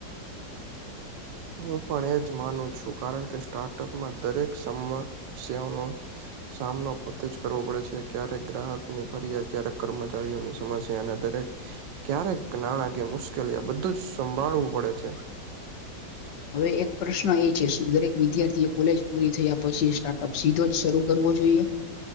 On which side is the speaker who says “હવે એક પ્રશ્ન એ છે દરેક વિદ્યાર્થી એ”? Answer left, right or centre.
Left